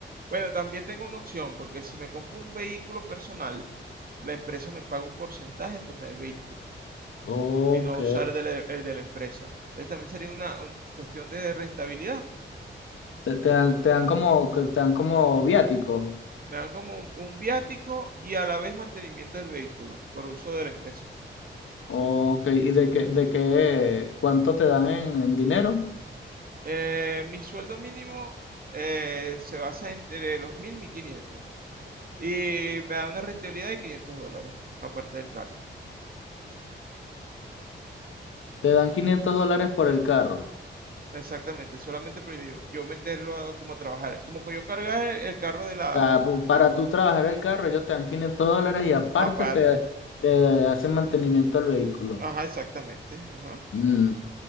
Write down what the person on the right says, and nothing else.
Bueno, también tengo una opción, porque si me compro un vehículo personal, la empresa me paga un porcentaje por tener vehículo
y no usar el de la, el de la empresa. Entonces también sería una, un- cuestión de rentabilidad.
Me dan como un, un viático y a la vez mantenimiento del vehículo por uso de la empresa.
Eh, mi sueldo mínimo eh, se basa entre los 1.000 y 1.500 y me da una rentabilidad de 500 dólares, aparte del carro.
Exactamente, solamente pero yo, yo meterlo a- como a trabajar, como que yo cargar el, el carro de la
aparte.
Ajá, exactamente. Ajá.